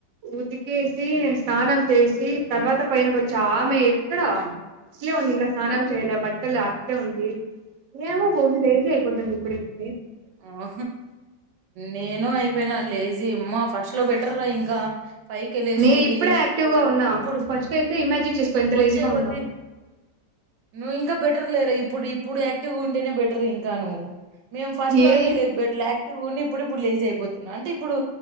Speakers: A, on the right; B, on the right.
A: ఉతికేసి నేను స్నానం చేసి తర్వాత పైనక వచ్చి ఆమె ఇక్కడ ఇట్లే ఉంది ఇంకా స్నానం చేయలే బట్ ఆటలా ఉంది ఏము ఫౌజీ లేజి అయిపోతుంది బప్పు
B: ఓ నేను అయి పోయినా లేజీ అమ్మా ఫస్ట్ లో బెటర్ రా ఇంకా ఫైవ్ కే లేసుంటి
A: నేను ఇప్పుడే యాక్టివ్ గా ఉన్నా
B: ఇప్పుడు
A: ఫస్ట్ అయితే ఇమాజిన్ చేసుకో ఎంత
B: వచ్చే
A: లేజీగా
B: కొద్ది
A: ఉంటా
B: నువ్వు ఇంకా బెటర్ లే ఇప్పుడు ఇప్పుడు యాక్టివ్గా ఉంటేనే బెటర్ ఇంకా నువ్వు మే
A: ఏ
B: అంతా ఇబడట్ల ఉ ఇప్పుడు ఇప్పుడు లేజ్ అయిపోతున్నా అంటే ఇప్పుడు